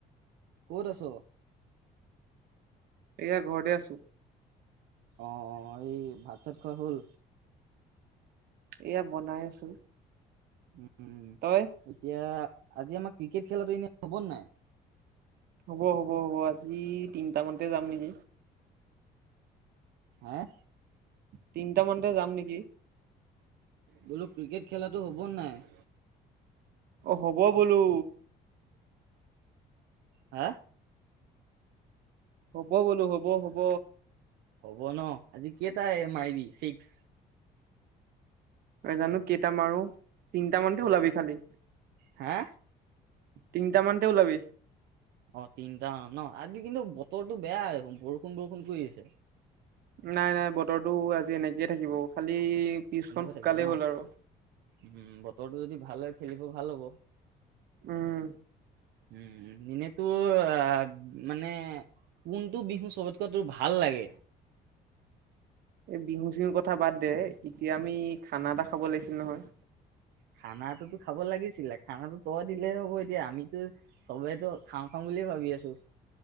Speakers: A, on the right (about 80°); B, on the right (about 70°).
A: ক'ত আছ?
B: এইয়া ঘৰতে আছো।
A: অ, এই ভাত চাত খোৱা হ'ল?
B: এইয়া বনাই আছো।
A: উম,
B: তই
A: এতিয়া আজি আমাক ক্ৰিকেট খেলাটো এনেই হ'ব নাই?
B: হ'ব-হ'ব-হ'ব, আজি তিনটামানতে যাম নেকি?
A: আ?
B: তিনটা মানতে যাম নেকি?
A: বোলো ক্ৰিকেট খেলাটো হ'ব নাই?
B: অ, হ'ব বোলো।
A: হা?
B: হ'ব বোলো, হ'ব-হ'ব।
A: হব ন? আজি কেইটা এ মাৰিবি চিক্স?
B: নেজানো কেইটা মাৰো তিনিটামানতে ওলাবি খালি
A: হে
B: তিনিটা মানতে ওলাবি
A: অ তিনটা মানত ন আজি কিন্তু বতৰটো বেয়া বৰষুণ বৰষুণ কৰি আছে।
B: নাই নাই বতৰতো আজি এনেকয়ে থাকিব খালি পিছখন
A: এনেকৈ
B: সুকালেই
A: থাকিব ন
B: হ'ল আৰু
A: উম বতৰটো যদি ভালে খেলি ভাল হ'ব
B: উম
A: উম এনেই ত তোৰ আহ মানে কোনটো বিহু চবতকৈ তোৰ ভাল লাগে
B: এই বিহু চিহুৰ কথা বাদ দে এতিয়া আমি খানা এটা খাব লাগিছিল নহয়
A: খানাটোতো খাব লাগিছিলে খানা তই দিলে হ'ব এতিয়া আমিতো চবে ত খাওঁ খাওঁ বুলিয়ে ভাবি আছো।